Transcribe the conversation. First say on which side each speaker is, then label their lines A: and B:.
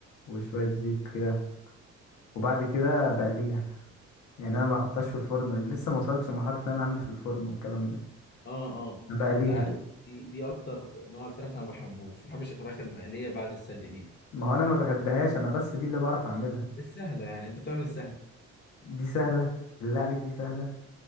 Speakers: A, on the left; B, on the left.
A: وشوية زيت كده وبعد كده بقليها يعني انا ما بحطهاش في الفرن لسه ما وصلتش لمرحله ان انا اعمل في الفرن والكلام ده
B: اه اه
A: انا بقليها
B: انت عارف
A: بس
B: دي دي اكتر نوع الفراخ انا ما بحبوش ما بحبش الفراخ المقليه بعد السلق دي
A: ما هو انا ما بحبهاش انا بس دي اللي بعرف اعملها
B: السهله يعني انت بتعمل السهل
A: دي سهله بالله عليك دي سهله